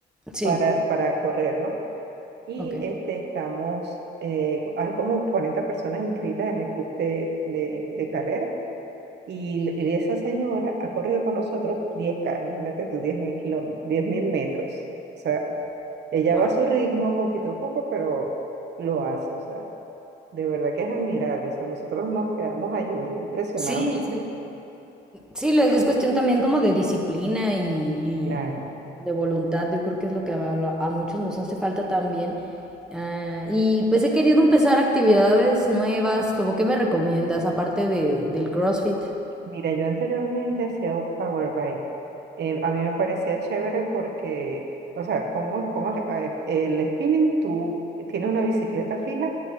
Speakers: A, in the centre; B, on the right.
A: Sí,
B: para, para correr, ¿no? Y
A: ok,
B: este, estamos, eh, hay como 40 personas inscritas en el club de, de, de carrera y, l- y esa señora ha corrido con nosotros 10 K, imagínate tú, diez mil kilómetros, diez mil metros. O sea, ella
A: wow.
B: va a su ritmo, poquito a poco, pero lo hace. O sea, de verdad que es admirable. O sea, nosotros nos quedamos allí impresionados
A: Sí,
B: porque,
A: sí, Sí, lo- es cuestión también como de disciplina y, y
B: claro.
A: de voluntad. Yo creo que es lo que a, a a muchos nos hace falta también. Ah, y pues he querido empezar actividades nuevas. ¿Cómo qué me recomiendas, aparte de, del CrossFit?
B: Mira, yo anteriormente hacía un power bike. Eh, a mí me parecía chévere porque, o sea, como, como es? A ver, el spinning, tú tienes una bicicleta fija